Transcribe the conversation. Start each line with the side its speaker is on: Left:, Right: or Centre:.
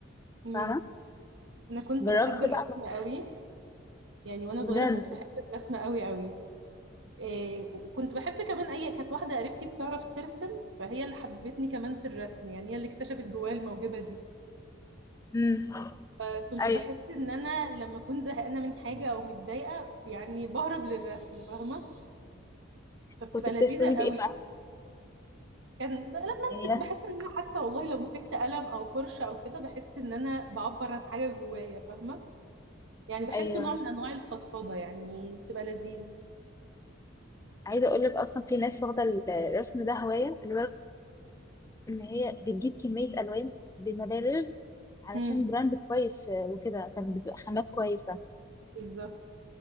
Right: امم
Left: فاهمه
Right: انا كنت
Left: جربت
Right: بحب الرسم
Left: بقى
Right: قوي يعني وانا
Left: بجد
Right: صغيرة كنت بحب الرسم قوي قوي إيه وكنت بحب كمان اي كانت واحدة قريبتي بتعرف ترسم فهي اللي حببتني كمان في الرسم يعني هي اللي اكتشفت جوايا الموهبة دي
Left: امم
Right: فكنت
Left: ايوه
Right: بحس ان انا لما اكون زهقانة من حاجة او متضايقة يعني بهرب للرسم فاهمة فبتبقى
Left: كنت بترسمي
Right: لذيذة
Left: بايه
Right: قوي
Left: بقى
Right: كان بقى لما
Left: يعني
Right: امسك
Left: بس
Right: بحس ان انا حتى والله لو مسكت قلم او فرشه او كده بحس ان انا بعبر عن حاجه جوايا فاهمه يعني بحسه
Left: ايوه
Right: نوع من انواع الفضفضه يعني بتبقى لذيذ
Left: عايزه اقول لك اصلا في ناس واخده الرسم ده هوايه لدرجه ان هي بتجيب كميه الوان بمبالغ علشان
Right: امم
Left: براند كويس وكده كانت بتبقى خامات كويسه
Right: بالظبط